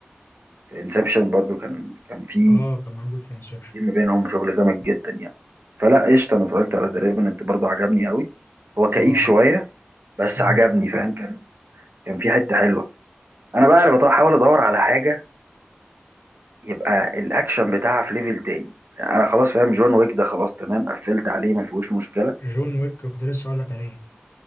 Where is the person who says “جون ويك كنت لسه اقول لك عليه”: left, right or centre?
Left